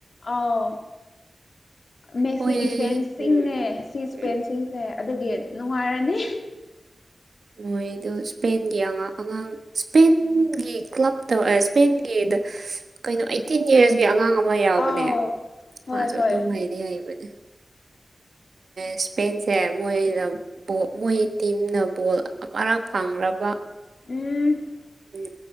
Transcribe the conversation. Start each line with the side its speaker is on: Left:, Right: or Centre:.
Left: ꯑꯥꯎ ꯃꯦꯁꯤꯒꯤ
Right: ꯃꯣꯏ
Left: ꯐꯦꯟꯁꯤꯡꯅꯦ
Right: ꯎꯝ
Left: ꯁꯤꯒꯤ ꯏꯁꯄꯦꯟꯁꯤꯡꯁꯦ꯫
Right: ꯎꯝ
Left: ꯑꯗꯨꯒꯤ ꯅꯨꯡꯉꯥꯏꯔꯅꯤ
Right: ꯃꯣꯏ ꯑꯗꯨ ꯏꯁꯄꯦꯟꯒꯤꯥ ꯑꯉꯥꯡ ꯏꯁꯄꯦꯟꯒꯤ ꯀ꯭ꯂꯕꯇ ꯏꯁꯄꯦꯟꯒꯤꯗ ꯀꯩꯅꯣ ꯑꯩꯇꯤꯟ ꯏꯔꯁꯀꯤ ꯑꯉꯥꯡ ꯑꯃ ꯌꯥꯎꯕꯅꯦ
Left: ꯑꯥꯎ
Right: ꯃꯥꯁꯨ
Left: ꯍꯣꯏ ꯍꯣꯏ
Right: ꯑꯗꯨꯝ ꯍꯩꯗꯤ ꯍꯩꯕꯅꯦ ꯏꯁꯄꯦꯟꯁꯦ ꯃꯣꯏꯅ ꯃꯣꯏ꯫ ꯇꯤꯝꯅ ꯕꯣꯜ ꯑꯃꯔꯛ ꯐꯪꯂꯕ
Left: ꯎꯝ
Right: ꯎꯝ